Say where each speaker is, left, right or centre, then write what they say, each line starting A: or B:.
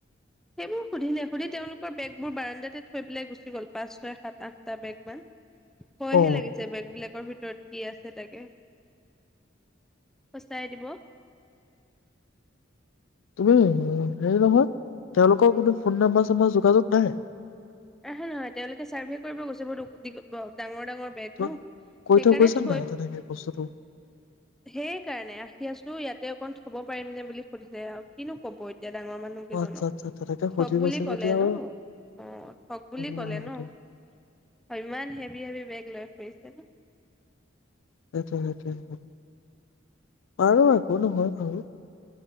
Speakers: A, in the centre; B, on the left (about 80°).
A: সেইবোৰ সুধিলে সুধি তেওঁলোকৰ বেগ বোৰ বাৰাণ্ডাতে থৈ পেলাই গুচি গ'ল পাঁচ, ছয়, সাত, আঠটা বেগ মান। ভয়
B: অ অ
A: হে লাগিছে বেগ বিলাক বেগৰ ভিতৰত কি আছে তাকে? ফচাই দিব।
B: তুমি হেৰি নহয় তেওঁলোক কোনো ফোন নাম্বাৰ-চম্বাৰ যোগাযোগ নাই।
A: আহে নহয় তেওঁলোকে চাৰ্ভে কৰিব গৈছে বহুত ডাঙৰ ডাঙৰ বেগ
B: তোমাক
A: ন
B: কৈ
A: সেইকাৰণে
B: গৈছে
A: থৈ
B: নাই তেনেকে বস্তুটো
A: সেই কাৰণে আহি আছো ইয়াতে অকন থ'ব পাৰিম নে বুলি সুধিছে আৰু কিনো কব। এতিয়া ডাঙৰ মানুহ কেইজনক
B: অ আচ্ছা আচ্ছা তেনেকে সুধি
A: ঠগ বুলি
B: গৈছে
A: কলে
B: যেতিয়া আৰু
A: ন অ ঠগ
B: হ'ব
A: বুলি কলে ন
B: আৰু এতিয়া
A: ইমান হেভি হেভি বেগ লৈ ফুৰিছে ন'।
B: সেইটোৱে সেইটোৱে আৰু একো নহয়। আৰু